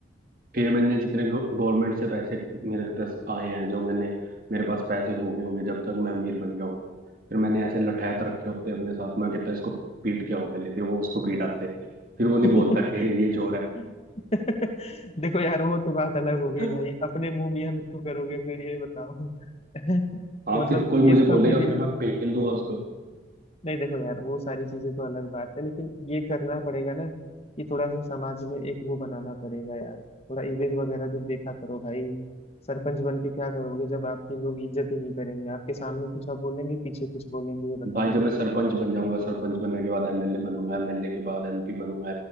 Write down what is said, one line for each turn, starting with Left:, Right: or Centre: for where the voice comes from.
Right: फिर मैंने जितने गवर्नमेंट से पैसे मेरे पास आए हैं जो मैंने मेरे पास पैसे हो गए होंगे जब तक मैं अमीर बन गया होगा फिर मैंने ऐसे लठैत रखे होते हैं अपने साथ मैं कहता इसको पीट के आओ पहले फिर वो उसको पीटाते फिर वो नहीं
Left: <laughs>
Right: बोलता कि ये चोर है
Left: <laughs> देखो यार वो तो बात अलग हो गई
Right: <laughs>
Left: भाई अपने मुंह मियां मिट्ठू करोगे फिर ये बताओ <laughs>
Right: हाँ
Left: मतलब
Right: फिर कोई मुझे
Left: ये
Right: बोलेगा
Left: तो फिर
Right: फिर
Left: है
Right: मैं पेल दूंगा उसको
Left: नहीं देखो यार वो सारी चीजें तो अलग बात है लेकिन ये करना पड़ेगा ना कि थोड़ा सा समाज में एक वो बनाना पड़ेगा यार थोड़ा इमेज वगैरह भी देखा करो भाई सरपंच बन के क्या करोगे जब आपकी लोग इज्जत ही नहीं करेंगे आपके सामने कुछ और बोलेंगे पीछे कुछ बोलेंगे ये बताओ
Right: भाई जब मैं सरपंच बन जाऊंगा सरपंच बनने के बाद एमएलए बनूंगा एमएलए के बाद एमपी बनूंगा